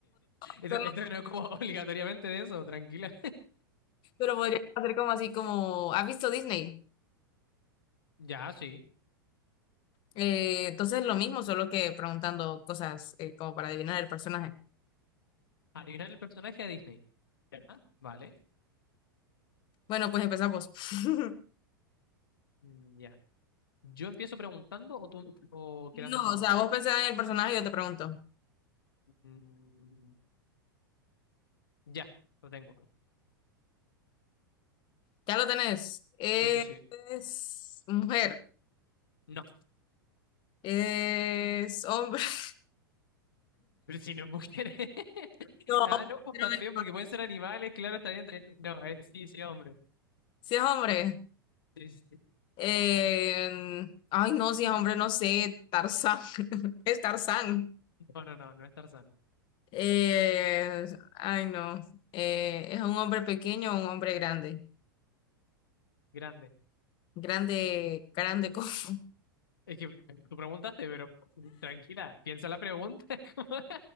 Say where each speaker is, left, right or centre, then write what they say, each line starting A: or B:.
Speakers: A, on the left (about 40°); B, on the left (about 75°).
A: hacerlo,
B: Esto, esto no es como <laughs> obligatoriamente de eso, tranquila.
A: pero podría hacer como así, como, ¿has visto Disney?
B: <laughs> Ya, sí.
A: Eh, entonces lo mismo, solo que preguntando cosas eh, como para adivinar el personaje.
B: Adivinar el personaje de Disney. Ya, Vale.
A: Bueno, pues empezamos. <laughs>
B: Mm, Ya. ¿Yo empiezo preguntando o tú o creando
A: No,
B: el personaje?
A: o sea, vos pensás en el personaje y yo te pregunto.
B: Mm, Ya, lo tengo.
A: Ya lo tenés. ¿Es
B: Sí, sí, sí.
A: mujer?
B: No.
A: ¿Es hombre? <laughs>
B: Pero si no es mujer. <laughs>
A: No,
B: Ah, no, pues
A: pero
B: también,
A: me-
B: porque pueden ser animales, claro, está bien. está bien. No, eh, sí, sí, hombre.
A: si es hombre.
B: Sí, sí, sí.
A: eh, Ay, no, si es hombre, no sé. Tarzán. <laughs> Es Tarzán.
B: No, no, no, no es Tarzán.
A: Eh, Ay, no. Eh, ¿es un hombre pequeño o un hombre grande?
B: Grande.
A: Grande, grande. co- <laughs>
B: Es que tú preguntaste, pero tranquila, piensa la pregunta. <laughs> como-